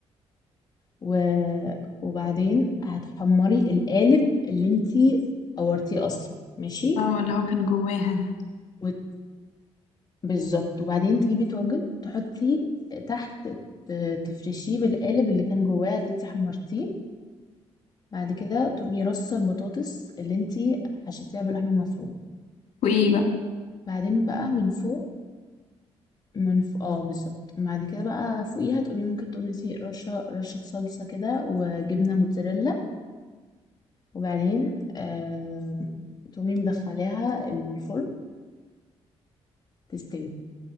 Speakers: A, on the left; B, on the left.
A: و... وبعدين هتحمري القالب اللي انتي قورتيه اصلا ماشي
B: اه اللي هو كان جواها ده
A: وت- بالظبط وبعدين تجيبي طاجن تحطي تحت ت- تفرشيه بالقالب اللي كان جواه اللي انتي حمرتيه بعد كده تقومي رصة البطاطس اللي انتي حشيتيها باللحمة المفرومة
B: وايه بقى
A: بعدين بقى من فوق من فوق اه بالظبط بعد كده بقى فوقيها تقومي ممكن تقومي تي- رشة رشة صلصة كده وجبنة موتزاريلا وبعدين آه تقومي مدخلاها الفرن تستوي